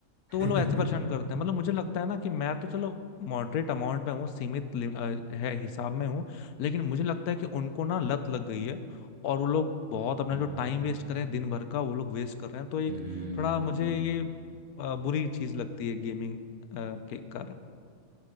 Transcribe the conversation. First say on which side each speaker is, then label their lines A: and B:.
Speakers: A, on the right (about 30°); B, on the left (about 80°).
A: <laughs>
B: तो वो लोग ऐसे परेशान करते हैं मतलब मुझे लगता है ना कि मैं तो चलो मॉडरेट अमाउंट में हूँ सीमित लिम- अ, है हिसाब में हूँ लेकिन मुझे लगता है कि उनको ना लत लग गई है और वो लोग बहुत अपना
A: हम्म
B: जो टाइम वेस्ट कर रहे हैं दिन भर का वो लोग वेस्ट कर रहे हैं तो एक
A: हम्म
B: थोड़ा मुझे ये अ, बुरी चीज लगती है गेमिंग के कारण